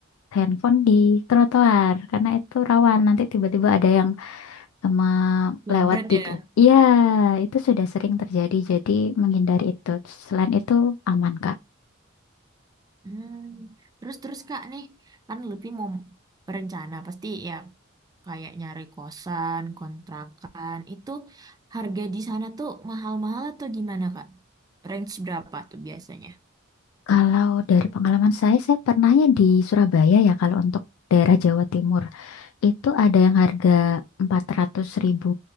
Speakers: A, on the left; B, on the right.
A: handphone di trotoar karena itu rawan nanti tiba-tiba ada yang sama
B: Jambret
A: lewat di
B: ya.
A: ya itu sudah sering terjadi. Jadi menghindari itu. Selain itu aman, Kak.
B: Hmm. Terus terus Kak nih, kan lebih mau berencana pasti ya kayak nyari kosan, kontrakan, itu harga di sana tuh mahal-mahal atau gimana, Kak? Range berapa tuh biasanya?
A: Kalau dari pengalaman saya, saya pernahnya di Surabaya ya kalau untuk daerah Jawa Timur. Itu ada yang harga empat ratus ribu